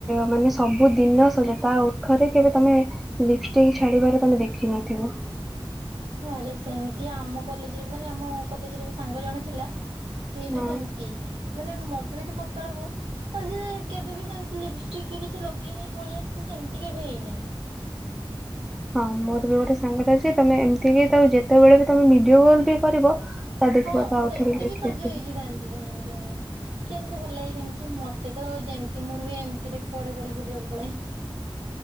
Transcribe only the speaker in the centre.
ମାନେ ସବୁଦିନ ସଜ ତା ଓଠରେ କେବେ ତମେ ଲିପଷ୍ଟିକ ଛାଡିବାର ତମେ ଦେଖିନଥିବ
ହଁ
ହଁ ମୋର ବି ଗୋଟେ ସାଙ୍ଗଟା ଅଛି ତମେ ଏମିତି କି ତାକୁ ଯେତେବେଳେ ବି ତମେ ଭିଡିଓ କଲ ବି କରିବ ତା ଦେଖିବ
ତା
ଓଠରେ ଲିପଷ୍ଟିକ
ଥିବ